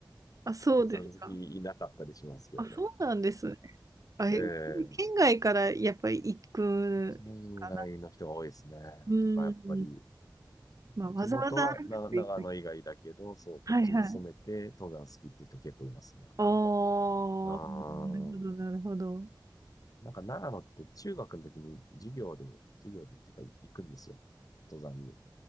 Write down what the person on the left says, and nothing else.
登山好きいなかったりしますけどね。
ええ、
県外の人が多いですね。
とか、やっぱり
地元はな長野以外だけど、そう、こっちに勤めて登山好きって人結構いますね、
やっぱ。
ああ
なんか長野って中学の時に授業で、授業でっていうか行くんですよ。登山に。